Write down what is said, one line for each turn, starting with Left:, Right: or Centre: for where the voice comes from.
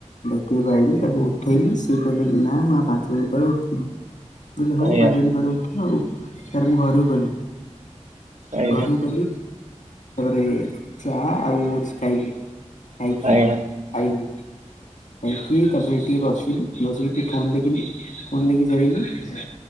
Left: ଦକିଆକୁ ଆଇିଲି ତାକୁ ଉଠେଇଲିି ସେ କହିଲେ ନା ମୁଁ ଆଉ ପାଞ୍ଚ ମିନିଟ୍ ପରେ ଉଠିବି ମୁଁ କହିଲି ହଉ
Right: ଆଜ୍ଞା
Left: ପାଞ୍ଚ ମିନିଟ୍ ପରେ ଉଠ ଆଉ। ତା ପରେ ମୁଁ ଘରକୁ ଗଲି
Right: ଆଜ୍ଞା
Left: ଘରକୁ
Right: ଆଜ୍ଞା
Left: ଗଲି ତାପରେ ଚା ଆଉ ଓଟସ ଖାଇଲି ଖାଇକି
Right: ଆଜ୍ଞା ଆଜ୍ଞା ଆଜ୍ଞା।
Left: ଆଇଲି। ଯାଇକି ତାପରେ ଟିକେ ବସିଲି, ବସିକି ଟିକେ ଫୋନ ଦେଖିଲି ଫୋନ ଦେଖି ସାରିକି